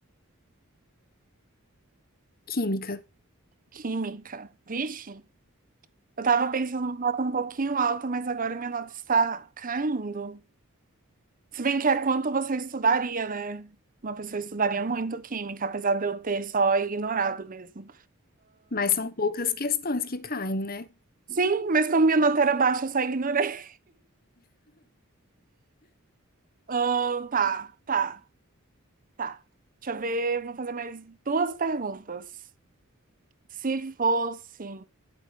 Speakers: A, on the left; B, on the right.
A: química,
B: Química. Vixe, eu tava pensando numa nota um pouquinho alta, mas agora minha nota está caindo. Se bem que é quanto você estudaria, né? Uma pessoa estudaria muito química, apesar de eu ter só ignorado mesmo.
A: mas são poucas questões que caem, né?
B: Sim, mas como minha nota era baixa, eu só ignorei. Ahn, tá, tá, tá. Deixa eu ver, vou fazer mais duas perguntas. Se fosse